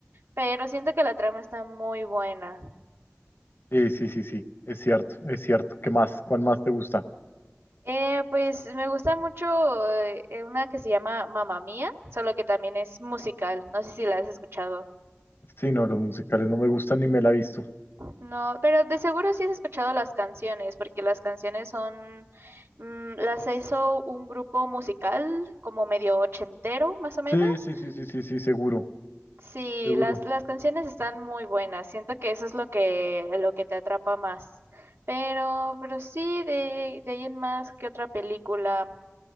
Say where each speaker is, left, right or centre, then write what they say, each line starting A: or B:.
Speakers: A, on the right; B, on the left.
A: pero siento que la trama está muy buena.
B: Sí, sí, sí, sí, es cierto, es cierto. ¿Qué más? ¿Cuál más te gusta?
A: Eh, pues me gusta mucho eh, eh, una que se llama Mamma Mía, solo que también es musical. No sé si la has escuchado.
B: Sí, no, los musicales no me gustan ni me la he visto.
A: No, pero de seguro sí has escuchado las canciones, porque las canciones son, mm, las hizo un grupo musical como medio ochentero, más o menos.
B: Sí, sí, sí, sí, sí, sí, seguro,
A: Sí,
B: seguro.
A: las, las canciones están muy buenas. Siento que eso es lo que, lo que te atrapa más. Pero, pero sí, de, de ahí en más, ¿qué otra película?